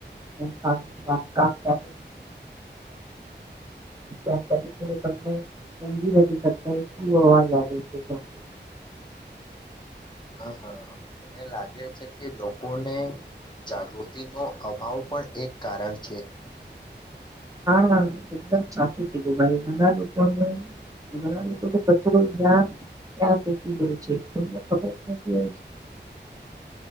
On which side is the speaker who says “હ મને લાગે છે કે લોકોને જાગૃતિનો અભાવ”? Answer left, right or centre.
Left